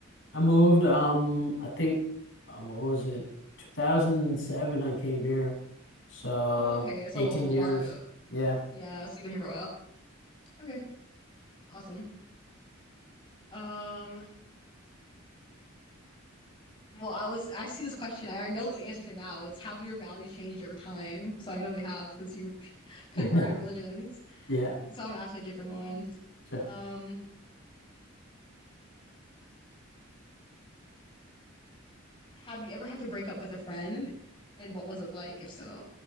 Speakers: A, on the left; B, on the left.
A: I moved, um, I think, uh, what was it? 2007 I came here. So
B: Oh, okay. So
A: 18
B: a,
A: years.
B: a while ago.
A: Yeah.
B: Yeah,
A: <laughs>
B: so you've been here for a while. Okay, awesome. Um, Well, I was I see this question. I know the answer to it now. It's have your values changed over time? So I know they have because you <laughs> converted
A: Yeah.
B: religions.
A: Yeah.
B: So I'm gonna ask you a different one.
A: Sure.
B: Um, have you ever had to break up with a friend, and what was it like, if so?